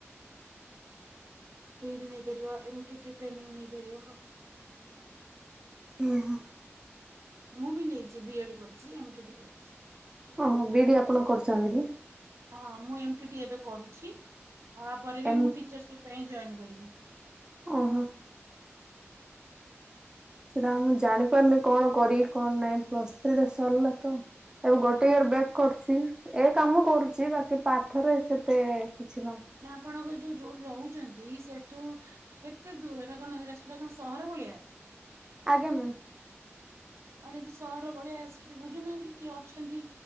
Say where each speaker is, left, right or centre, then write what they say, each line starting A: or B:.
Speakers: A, on the right (about 75°); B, on the right (about 15°).
A: ହଁ ନେଇପାରିବ ଟ୍ରେନିଂ ନେଇପାରିବ
B: ଓହୋ।
A: ମୁଁ ବି ନେଇଛି ବି ଏଡ କରିଛି ଏମଟି ଟି କରିଛି
B: ଓହୋ ବିଡି ଆପଣ କରୁଛନ୍ତି କି।
A: ହଁ ମୁଁ ଏମିତି ଟ ଏବେ କରୁଛି। ତାପରେ ବି
B: ଏମ୍
A: ମୁଁ ଟିଚରସିପ ପାଇଁ ଜଏନ୍ କରିବି।
B: ଓହୋ ସେଟା ମୁଁ ଜାଣିପାରୁନି କଣ କରିବି କଣ ନାଇଁ ପ୍ଲସ ଥ୍ରୀ ଟା ସରିଲା ତ ଏବେ ଗୋଟେ ର ବ୍ୟାଗ କରୁଛି ଏକ କାମ କରୁଛି ବାକି ପାଠରେ ସେତେ କିଛି ନାହିଁ।
A: ନା ଆପଣଙ୍କ ଯୋଉ ଯୋଉଠି ରହୁଛନ୍ତି ସେଠୁ କେତେ ଦୂର ସେଟା କଣ ସେଟ ସେଟା କଣ ସହର ଭଳିଆ।
B: ଆଜ୍ଞା ମ୍ୟାମ୍।
A: ଆଉ ଯଦି ସହର ଭଳିଆ ସେଠି ବୁଝୁନାହାନ୍ତି କିଏ ଅଛନ୍ତି